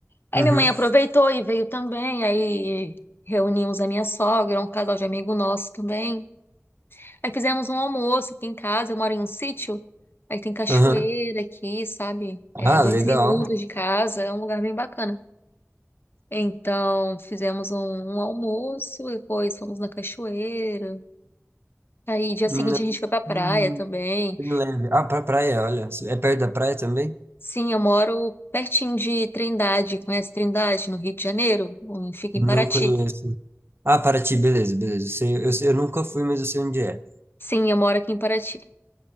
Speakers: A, on the left (about 45°); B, on the right (about 50°).
A: Aí
B: Uhum.
A: minha mãe aproveitou e veio também, aí reunimos a minha sogra, um casal de amigo nosso também. Aí fizemos um almoço aqui em casa, eu moro em um sítio, aí tem cachoeira
B: Aham.
A: aqui, sabe? É,
B: Ah,
A: dois
B: legal.
A: minutos de casa, é um lugar bem bacana. Então, fizemos um, um almoço, depois fomos na cachoeira. Aí, dia
B: Não,
A: seguinte, a gente foi pra praia
B: hum,
A: também.
B: bem leve. Ah, pra praia, olha. É perto da praia também?
A: Sim, eu moro pertinho de Trindade. Conhece Trindade, no Rio de Janeiro? Hum, Fica
B: Não
A: em Paraty.
B: conheço. Ah, Paraty, beleza, beleza. Eu sei, eu sei- eu nunca fui, mas eu sei onde é.
A: Sim, eu moro aqui em Paraty.